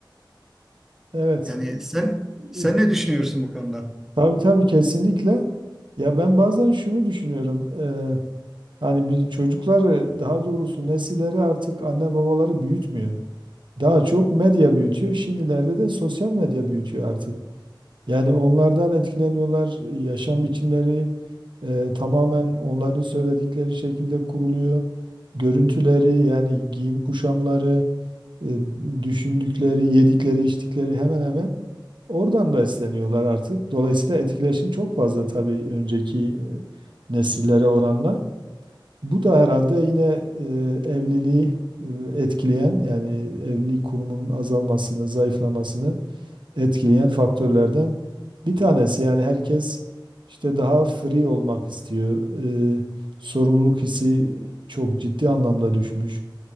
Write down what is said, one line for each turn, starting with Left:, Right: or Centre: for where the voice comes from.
Right: evet
Centre: yani sen sen
Right: İ-
Centre: ne düşünüyorsun bu konuda?
Right: tabii tabii kesinlikle. Ya ben bazen şunu düşünüyorum. e, hani bir çocukları daha doğrusu nesilleri artık anne babaları büyütmüyor. Daha çok medya büyütüyor. Şimdilerde de sosyal medya büyütüyor artık. Yani onlardan etkileniyorlar. Yaşam biçimleri e, tamamen onların söyledikleri şekilde kuruluyor. Görüntüleri yani giyim kuşamları, e, düşündükleri, yedikleri, içtikleri hemen hemen oradan besleniyorlar artık. Dolayısıyla etkileşim çok fazla tabii önceki e, nesillere oranla. Bu da herhalde yine e, evliliği e, etkileyen yani evlilik kurumunun azalmasını, zayıflamasını etkileyen faktörlerden bir tanesi. Yani herkes işte daha free olmak istiyor. E, sorumluluk hissi çok ciddi anlamda düşmüş.